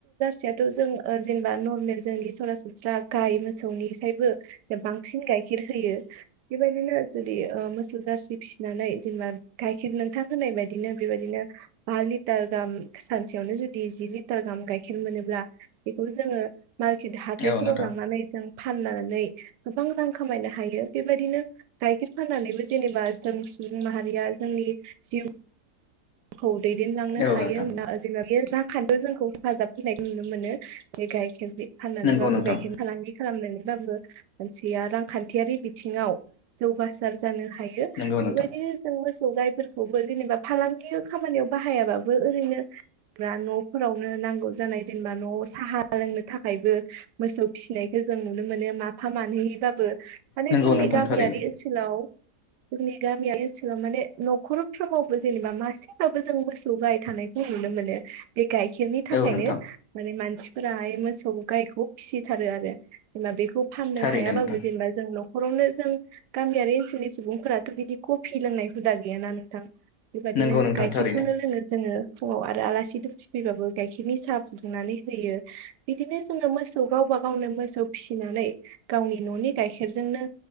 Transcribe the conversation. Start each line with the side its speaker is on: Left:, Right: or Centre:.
Right: गाखेराथ जों ओ जेनेबा नरमेल जोंनि सरासनस्रा गाय मोसौनिसायबो बांसिन गाइखेर होयो बेबायदिनो जुदि ओ मोसौ जारसि फिसिनानै जेनेबा गाइखेर नोंथां होनाय बायदिनो बेबायदिनो बा लिटार गाहाम सानसेयावनो जुदि जि लिटार गाहाम गाय खेर मोनोब्ला बेखौ जोङो मार्केट हाथायफोराव
Left: औ नोंथां
Right: लांनानै जों फाननानै गोबां रां खामायनो हायो बेबायदिनो गाइखेर फाननानैबो जेनेबा जों सुबुं माहारिया जोंनि जिउ औ दैदेनलांनो
Left: औ
Right: हायोना
Left: नोंथां
Right: ओ जेनेबा बेयो रांखाखान्थियाव जोंखौ हेफाजाब होनायखो नुनो मोनो जे गायखेर फाननानैबाबो
Left: नंगौ नोंथां
Right: गाइखेर फालांगि खालामनानै बाबो मानसिनया रांखान्थियारि बिथिङाव जौगासार जानो हायो।
Left: नंगौ
Right: बेबायदिनो
Left: नोंथां
Right: जों मोस सौ गाइफोरखौबो जेनेबा फालां गियो खामानियाव बाहायाबाबो ओरैनो बा न'फोरावनो नांगौ जानाय जेनेबा न'आव साहा लोंनो थाखायबो मोसौ फिसिनायखो जों नुनो मोनो माफा मानैहै बाबो माने
Left: नंगौ
Right: जोंनि
Left: नोंथां
Right: गामियारि
Left: थारैनो
Right: ओनसोलाव जोंनि गामियारि ओनसोलाव माने न'खरफ्रोमावबो जेनेबा मास से बाबो जों मोसौ गाय थानायखौ नुनो मोनो बे गाइखेरनि थाखायनो
Left: औ नोंथां
Right: माने मानसि फोराहाय मोसौ गायखौ फिसिथारो आरो जेनबा बेख खौ फाननो
Left: थारैनो
Right: हायाबाबो
Left: नोंथां
Right: जेनेबा जों न' खरावनो जों गामियारि ओनसोलनि सुबुंफोराथ' बिदि कफि लोंनाय हुदा गैयाना नोंथां बेबायदिनो
Left: नंगौ नोंथां थारैनो
Right: खिरखौनो लोंङो जोंङो ङो फुंङाव आरो आलासि दुमसि फैबाबो गाइखेरनि साहा फुदुंनानै होयो बिदिनो जोङो मोसौ गावबा गावनो मोसौ फिसिनानै गावनि न'नि गाइखेरजोंनो